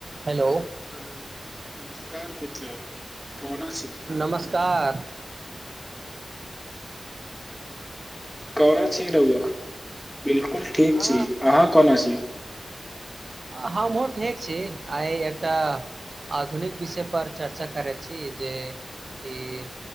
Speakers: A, on the right; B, in the centre.
A: हेलो
B: हेलो नमस्कार मित्र कोना छी
A: नमस्कार
B: कोना छी रउआ बिल्कुल ठीक
A: आ
B: छी अहाँ कौना छी
A: हमहूँ ठीक छी आइ एकटा आधुनिक विषय पर चर्चा करैत छी जे कि